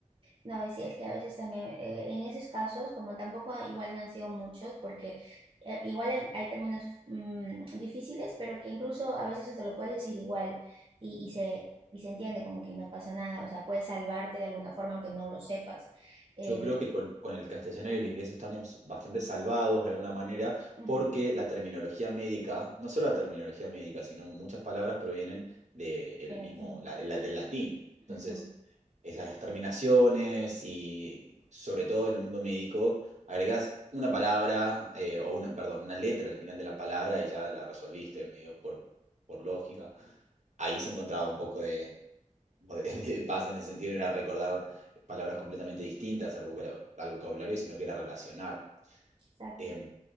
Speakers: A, on the right (about 45°); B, on the right (about 65°).
A: no, sí, es que a veces también, eh, en esos casos, como tampoco ah, igual no han sido muchos, porque eh, igual hay, hay términos mm, difíciles, pero que incluso a veces hasta lo puedes decir igual y, y se... Y se entiende como que no pasa nada, o sea, puedes salvarte de alguna forma aunque no lo sepas. Em,
B: Yo creo que con, con el castellano y el inglés estamos bastante salvados de alguna manera
A: ujú,
B: porque la terminología médica, no solo la terminología médica, sino muchas palabras provienen de el
A: gelatina,
B: mismo, la- la- del latín. Entonces,
A: ujú,
B: esas terminaciones y sobre todo en el mundo médico, agregás una palabra eh, o una, perdón, una letra al final de la palabra y ya la resolviste medio por, por lógica. Ahí se encontraba un poco como de, <laughs> de paz en el sentido de no era recordar palabras completamente distintas al, vocabulario, al vocabulario sino que era relacionar.
A: exacto.
B: Em,